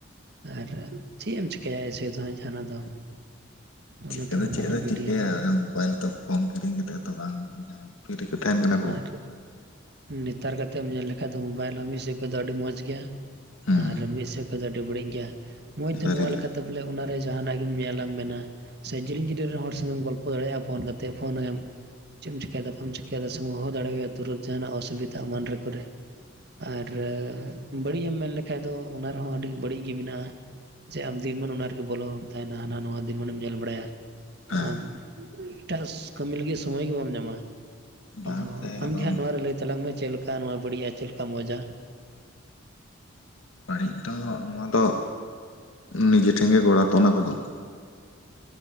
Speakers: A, on the right; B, on the left.
A: ᱟᱨ ᱪᱮᱫ ᱮᱢ ᱪᱤᱠᱟᱹᱭᱟ ᱡᱟᱦᱟᱱᱟᱜ ᱫᱚ?
B: ᱪᱤᱠᱟᱹ
A: ᱚᱱᱟᱛᱮ
B: ᱫᱚ
A: ᱚᱱᱟ
B: ᱪᱮᱫ ᱫᱚ
A: ᱵᱷᱤᱰᱭᱳ
B: ᱪᱤᱠᱟᱹᱭᱟ
A: ᱠᱚᱜᱮ
B: ᱢᱳᱵᱟᱭᱤᱞ ᱛᱚ ᱯᱷᱚᱱ ᱠᱤᱨᱤᱧ ᱠᱟᱛᱮᱫ ᱛᱚ ᱵᱟᱝ ᱦᱩᱭᱩᱜ-ᱟ ᱡᱟᱦᱟᱸᱭ ᱯᱷᱤᱨᱤ ᱠᱚ ᱛᱟᱦᱮᱸᱱ ᱠᱟᱱᱟ ᱠᱚ।
A: ᱟᱨ ᱱᱮᱛᱟᱨ ᱠᱟᱛᱮᱜ ᱮᱢ ᱧᱮᱞ ᱞᱮᱠᱷᱟᱱ ᱫᱚ ᱢᱳᱵᱟᱭᱤᱞ ᱦᱚᱸ ᱢᱤᱫ ᱥᱮᱫ ᱠᱷᱚᱱᱫᱚ ᱟᱹᱰᱤ ᱢᱚᱸᱡᱽ ᱜᱮᱭᱟ
B: ᱦᱮᱸ
A: ᱟᱨ ᱢᱤᱫ ᱥᱮᱫ ᱠᱷᱚᱱᱫᱚ ᱟᱹᱰᱤ ᱵᱟᱹᱲᱤᱡ ᱜᱮᱭᱟ, ᱢᱚᱸᱡᱽ ᱫᱚ
B: ᱥᱟᱹᱨᱤ
A: ᱱᱚᱣᱟ
B: ᱜᱮ
A: ᱞᱮᱠᱟᱛᱮ ᱵᱚᱞᱮ ᱚᱱᱟ ᱨᱮ ᱡᱟᱦᱟᱸᱱᱟᱜ ᱜᱮᱢ ᱧᱮᱞᱟᱢ ᱢᱮᱱᱟ ᱥᱮ ᱡᱤᱞᱤᱧ ᱡᱤᱞᱤᱧ ᱨᱮᱱ ᱦᱚᱲ ᱥᱚᱸᱜᱮᱢ ᱜᱚᱞᱯᱚ ᱫᱟᱲᱮᱭᱟᱜ-ᱟ ᱯᱷᱳᱱ ᱠᱟᱛᱮ ᱯᱷᱳᱱ ᱟᱭᱟᱢ। ᱪᱮᱫ ᱮᱢ ᱪᱤᱠᱟᱹᱭᱫᱟ ᱵᱟᱢ ᱪᱤᱠᱟᱹᱭᱫᱟ ᱥᱮ ᱦᱚᱦᱚ ᱫᱟᱲᱮᱣᱭᱟ ᱛᱩᱨᱟᱹᱛ ᱡᱟᱦᱟᱱᱟᱜ ᱚᱥᱩᱵᱤᱫᱷᱟ ᱮᱢᱟᱱ ᱠᱚᱨᱮ। ᱟᱨ ᱵᱟᱹᱲᱤᱡ ᱮᱢ ᱢᱮᱱ ᱞᱮᱠᱷᱟᱡ ᱫᱚ ᱚᱱᱟ ᱨᱮᱦᱚᱸ ᱟᱹᱰᱤ ᱵᱟᱹᱲᱤᱡ ᱜᱮ ᱢᱮᱱᱟᱜᱼᱟ᱾ ᱡᱮ ᱟᱢ ᱫᱤᱱᱢᱟᱱ ᱚᱱᱟ ᱨᱮᱜᱮ ᱵᱚᱞᱚ ᱦᱚᱢ ᱛᱟᱦᱮᱱᱟ ᱦᱟᱱᱟ ᱱᱟᱣᱟ ᱫᱤᱱ ᱢᱟᱱᱮᱢ ᱧᱮᱞ ᱵᱟᱲᱟᱭᱟ᱾ ᱛᱚ
B: ᱦᱮᱸ
A: ᱟᱢ ᱮᱴᱟᱜ ᱠᱟᱹᱢᱤ ᱞᱟᱹᱜᱤᱫ ᱥᱚᱢᱚᱭ ᱜᱮ ᱵᱟᱢ ᱧᱟᱢᱟ᱾
B: ᱵᱟᱝ
A: ᱟᱫᱚ
B: ᱥᱮ
A: ᱟᱢᱜᱮ
B: ᱟᱫᱚ
A: ᱦᱟᱸᱜ ᱱᱚᱣᱟ ᱨᱮ ᱞᱟᱹᱭ ᱛᱟᱞᱟᱝ ᱢᱮ ᱪᱮᱫ ᱞᱮᱠᱟ ᱱᱚᱣᱟ ᱵᱟᱹᱲᱤᱡᱼᱟ ᱪᱮᱫ ᱞᱮᱠᱟ ᱢᱚᱸᱡᱟ᱾
B: ᱵᱟᱹᱲᱤᱡ ᱫᱚ ᱱᱚᱣᱟ ᱫᱚ ᱱᱤᱡᱮ ᱴᱷᱮᱱ ᱜᱮ ᱜᱚᱲᱟᱛᱚ ᱚᱱᱟ ᱠᱚᱫᱚ᱾